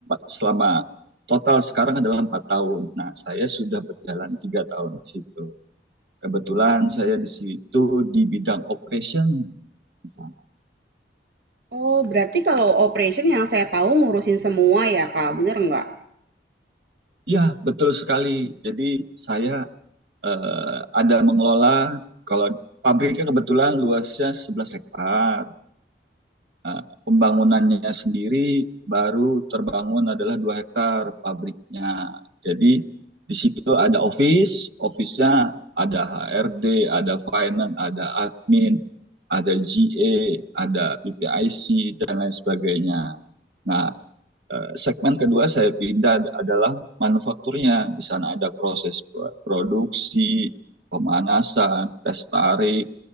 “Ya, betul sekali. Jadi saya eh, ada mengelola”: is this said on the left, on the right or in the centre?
Right